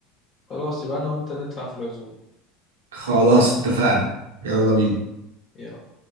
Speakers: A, on the left; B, on the right.
A: خلاص يبقى انا وانت ندفع في العزومه
B: خلاص اتفقنا يلا بينا
A: يلا